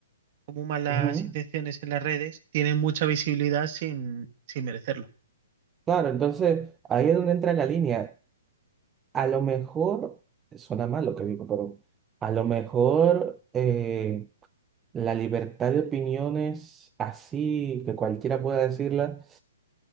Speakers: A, on the right; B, on the right.
A: como malas
B: Ujú.
A: intenciones en las redes, tiene mucha visibilidad sin, sin merecerlo.
B: Claro, entonces ahí es donde entra la línea. A lo mejor, suena mal lo que digo, pero a lo mejor eh, la libertad de opiniones así, que cualquiera pueda decirla